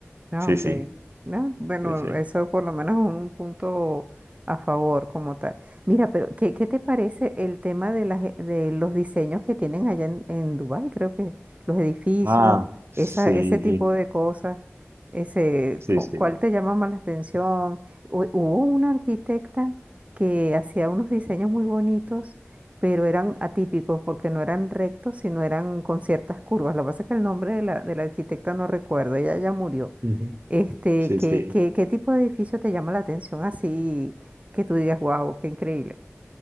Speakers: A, on the right; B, on the right.
A: Ah,
B: Sí,
A: ok.
B: sí.
A: Ah, bueno,
B: Sí, sí.
A: eso por lo menos es un punto a favor como tal. Mira, pero ¿qué, qué te parece el tema de, las, e- de los diseños que tienen allá en, en Dubái? Creo que los edificios,
B: Ah, sí,
A: esa, ese tipo de cosas, ese,
B: sí,
A: cu-
B: sí.
A: ¿cuál te llama más la atención? Hu- Hubo una arquitecta que hacía unos diseños muy bonitos, pero eran atípicos porque no eran rectos, sino eran con ciertas curvas. Lo que pasa es que el nombre de la, de la arquitecta no recuerdo, ella ya murió
B: Ujú.
A: este,
B: Sí,
A: ¿qué,
B: sí.
A: qué, qué tipo de edificio te llama la atención así que tú digas, wow, qué increíble?